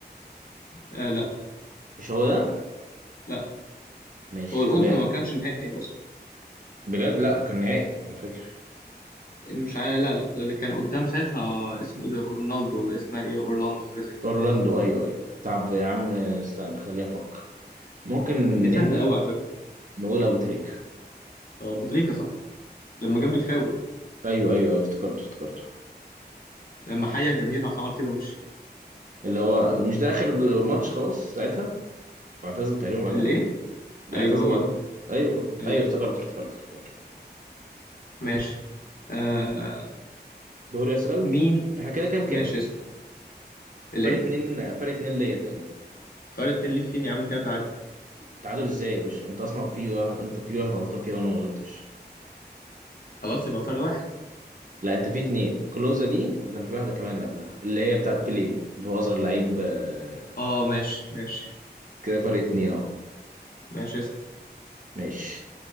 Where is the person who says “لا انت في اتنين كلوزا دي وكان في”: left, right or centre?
Right